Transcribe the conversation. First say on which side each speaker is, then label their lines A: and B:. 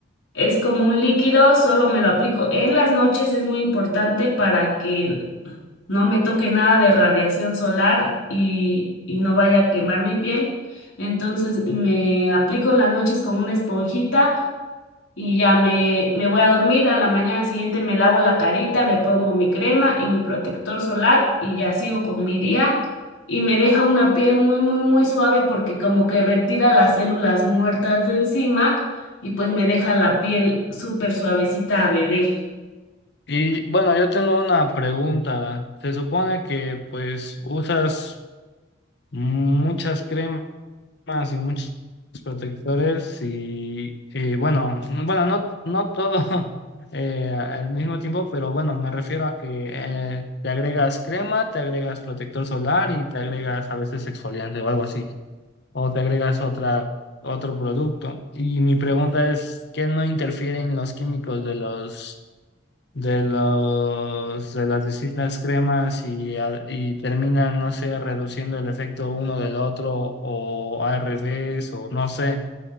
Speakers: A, on the left (about 80°); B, on the left (about 55°).
A: es como un líquido, solo me lo aplico en las noches. Es muy importante para que no me toque nada de radiación solar y, y no vaya a quemar mi piel. Entonces me aplico en las noches con una esponjita y ya me, me voy a dormir. A la mañana siguiente me lavo la carita, me pongo mi crema y mi protector solar y ya sigo con mi día. Y me deja una piel muy, muy, muy suave porque como que retira las células muertas de encima y pues me deja la piel súper suavecita a bebé.
B: Y bueno, yo tengo una pregunta. Se supone que pues usas muchas cremas más y muchos protectores y, eh, bueno, no- bueno, no, no todo <laughs> eh, al mismo tiempo, pero bueno, me refiero a que eh, te agregas crema, te agregas protector solar y te agregas a veces exfoliante o algo así, o te agregas otra, otro producto. Y mi pregunta es, ¿qué no interfieren los químicos de los de los de las distintas cremas y, a- y terminan, no sé, reduciendo el efecto uno del otro o al revés o no sé,